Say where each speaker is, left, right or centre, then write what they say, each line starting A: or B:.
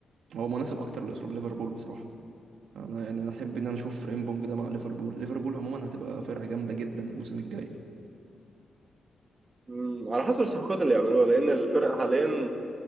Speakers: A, on the right (about 85°); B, on the right (about 35°).
A: هو مناسب اكتر لاسلوب ليفربول بصراحه انا يعني انا احب ان انا اشوف فريمبونج ده مع ليفربول ليفربول عموما هتبقى فرقه جامده جدا الموسم الجاي
B: مم، على حسب الصفقات اللي يعملوها لان الفرق حاليا